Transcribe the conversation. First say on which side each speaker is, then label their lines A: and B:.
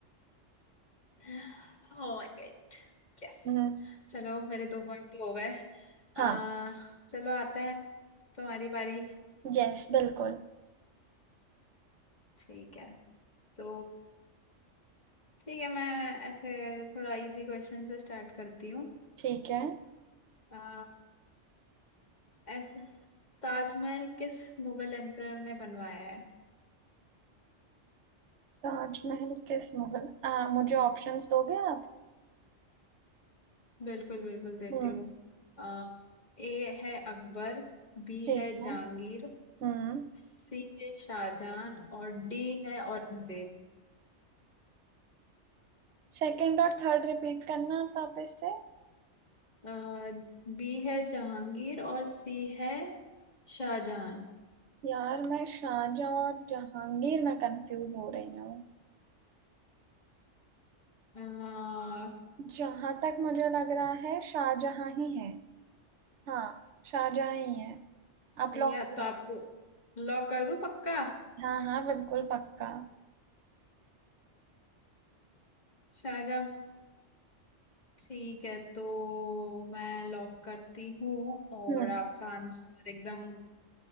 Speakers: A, on the left; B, on the right.
A: <sighs> ओह माय गॉड यस
B: हम्म,
A: चलो मेरे दो पॉइंट तो हो गए
B: हाँ
A: आ, चलो आते हैं तुम्हारी बारी
B: यस बिल्कुल
A: ठीक है तो ठीक है मैं ऐसे थोड़ा इजी क्वेश्चन से स्टार्ट करती हूँ
B: ठीक है
A: आ, ऐसे ताजमहल किस मुगल एम्परर ने बनवाया है
B: ताजमहल किस मुगल आ, मुझे ऑप्शंस दोगे आप
A: बिल्कुल बिल्कुल देती
B: हम्म
A: हूँ आ, ए है अकबर बी
B: ठीक
A: है जहांगीर
B: है हम्म
A: सी है शाहजहां और डी है औरंगजेब
B: सेकंड और थर्ड रिपीट करना आप वापस से
A: आ, बी है जहांगीर और सी है शाहजहां
B: यार मैं शाहजहां और जहांगीर में कंफ्यूज हो रही हूँ
A: आ,
B: जहां तक मुझे लग रहा है शाहजहां ही है हाँ शाहजहां ही है आप लोग
A: या तो आपको लॉक कर दूं पक्का
B: हाँ हाँ बिल्कुल पक्का
A: शाहजहां ठीक है तो मैं लॉक करती हूँ और
B: हम्म
A: आपका आंसर एकदम